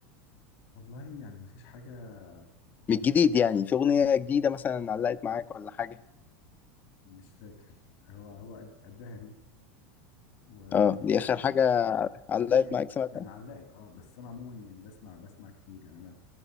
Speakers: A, on the left; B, on the left.
A: والله يعني ما فيش حاجه ما
B: من الجديد يعني في اغنيه جديده مثلا علقت معاك ولا حاجه
A: مش فاكر هو هو قد- قدها دي و
B: اه دي اخر حاجه علقت
A: لا يعني
B: معاك سمعتها
A: يعني علقت اه بس انا عموما يعني بسمع بسمع كتير يعني انا